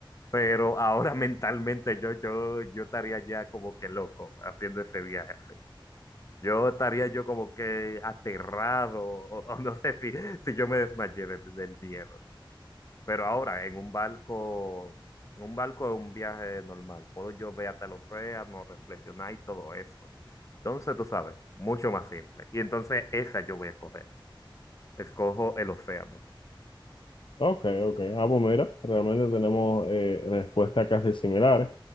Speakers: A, on the left; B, on the left.
A: Pero ahora <laughs> mentalmente yo, yo, yo estaría ya como que loco haciendo ese viaje así. Yo estaría yo como que aterrado, o, o no sé si, si yo me desmayé del, del miedo. Pero ahora, en un barco, en un barco es un viaje normal. Puedo yo ver hasta el océano, reflexionar y todo eso. Entonces, tú sabes, mucho más simple. Y entonces esa yo voy a escoger. Escojo el océano.
B: Ok, ok. Ah, pues mira, realmente tenemos eh, respuestas casi similares.